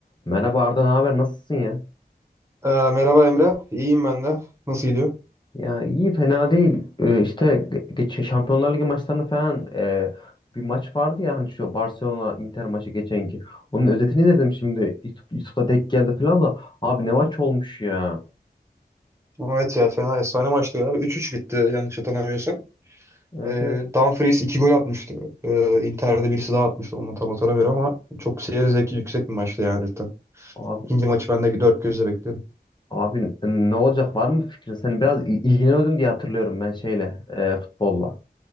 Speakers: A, on the left (about 25°); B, on the right (about 15°).
A: Merhaba Arda, ne haber? Nasılsın ya?
B: Ee, merhaba Emre. İyiyim ben de. Nasıl gidiyor?
A: Ya iyi, fena değil. Ee, işte ge- geç Şampiyonlar Ligi maçlarını falan e, bir maç vardı ya hani şu Barcelona Inter maçı geçenki. Onun özetini dedim şimdi. YouTube- YouTube'da denk geldi falan da. Abi ne maç olmuş ya.
B: Evet ya fena efsane maçtı ya. üç 3 bitti yanlış hatırlamıyorsam.
A: Evet
B: Ee,
A: evet.
B: Dumfries 2 gol atmıştı. Ee, Inter'de birisi daha atmıştı. Onu tam hatırlamıyorum ama çok seyir zevki yüksek bir maçtı yani cidden.
A: Abi,
B: İkinci maçı ben de dört gözle bekliyorum.
A: abi ne olacak var mı fikrin? Sen biraz il- ilgileniyordun diye hatırlıyorum ben şeyle e, futbolla.